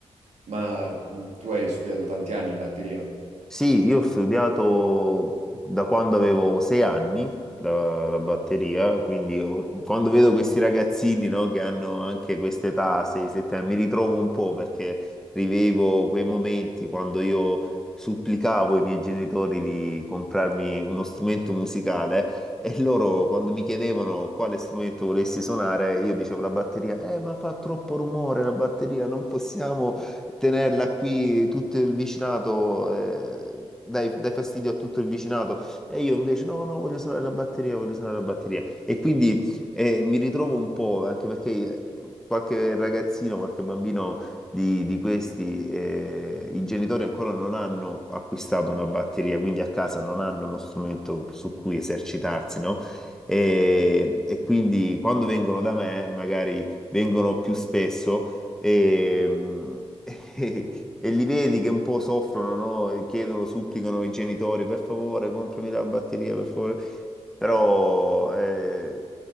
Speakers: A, on the right (about 75°); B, in the centre.
A: ma mm, tu hai studiato tanti anni batteria?
B: Sì, io ho studiato da quando avevo sei anni la, la batteria, quindi ho- quando vedo questi ragazzini, no, che hanno anche quest'età, 6-7 anni, mi ritrovo un po' perché rivevo quei momenti quando io supplicavo i miei genitori di comprarmi uno strumento musicale e loro quando mi chiedevano quale strumento volessi suonare, io dicevo la batteria, eh, ma fa troppo rumore la batteria, non possiamo tenerla qui tutto il vicinato, eh, dai, dai fastidio a tutto il vicinato. E io invece no, no, voglio suonare la batteria, voglio suonare la batteria. E quindi eh, mi ritrovo un po', anche perché eh, qualche ragazzino, qualche bambino di, di questi, eh, i genitori ancora non hanno acquistato una batteria, quindi a casa non hanno uno strumento su cui esercitarsi, no? E, e quindi quando vengono da me, magari vengono più spesso e, <laughs> e e li vedi che un po' soffrono, no? E Chiedono, supplicano i genitori, per favore, comprami la batteria, per favore. Però eh,